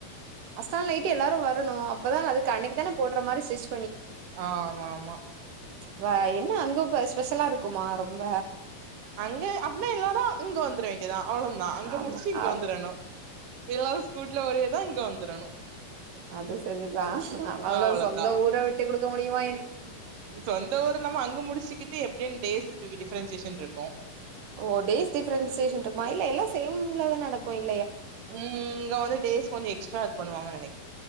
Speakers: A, on the right; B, on the right.
A: அசால் நைட்டு எல்லாரு வருனு அப்பதா அது அன்னிக்கு தான போடற மாரி சிடிச்
B: ஆ ஆமா ஆமா
A: வே என்ன அங்கு உக் ஸ்பெஷலா இருக்குமா ரொம்ப
B: அங்க அப்புன்னா எல்லாரு இங்க வந்தர வேண்டியதா அவ்வளந்தா அங்க
A: ஆமா
B: முடிச்சிட்டு இங்க
A: ஆ
B: வந்தரணு எல்லாரு ஸ்கூட்ல ஒரேதா இங்க வந் ந்தரனு
A: அது சரிதா ஆனாலு
B: அவ்ளதா
A: சொந்த ஊர விட்டு குடுக்க முடியுமா என்ன
B: சொந்த உரு நம்ம அங்க முடிச்சிக்கிட்டு எப் பிடீன் டேய்ஸு டிஃபரன்சேஷன் இருக்கு
A: ஓ டேஸ் டிஃபெரன்சேஷன் இருக்குமா இல்ல எல்லா சேம்ல்லதா நடக்கு இ
B: ம் இங்க வந்து டேஸ் கொஞ்சோ எஸ்ட்ராது பண்ணுவாங்கனு நனைக்